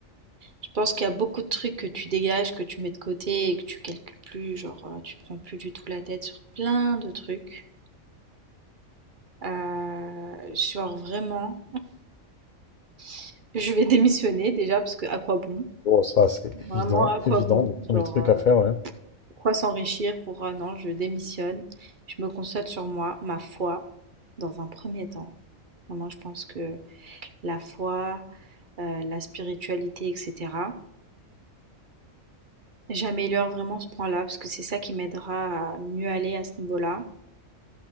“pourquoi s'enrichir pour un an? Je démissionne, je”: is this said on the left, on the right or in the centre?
Right